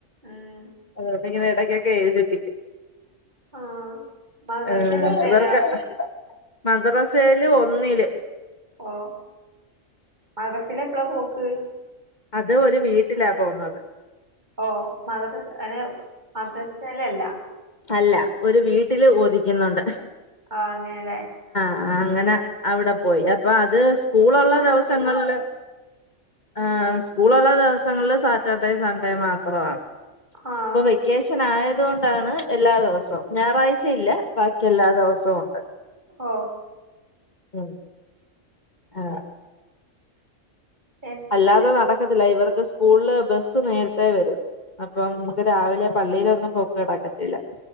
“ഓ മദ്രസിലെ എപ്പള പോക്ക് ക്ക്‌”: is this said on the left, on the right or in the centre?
Right